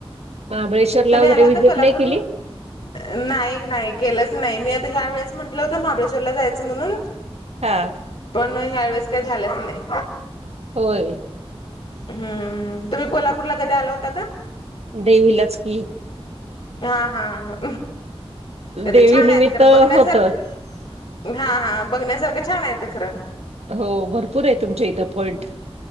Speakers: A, on the right; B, on the left.
A: महाबळेश्वरला
B: तुम्ही
A: वगैरे
B: आला होता
A: व्हिजिट
B: कोल्हापूर.
A: नाही केली
B: नाही नाही केलंच नाही मी आता ह्या वेळेस म्हंटलं होतं महाबळेश्वरला जायचं म्हणून
A: हा
B: पण ह्या वेळेस काही झालंच नाही
A: होय
B: हम्म तुम्ही कोल्हापूरला कधी आला होता का
A: देवी लच की
B: हा हा् तर
A: देवी
B: छान आहेत
A: निमित्त
B: खं बघण्यासारख
A: होत
B: हा हा बघण्यासारखं छान येत खरं
A: हो भरपूर आहे तुमच्या इथं पॉइंट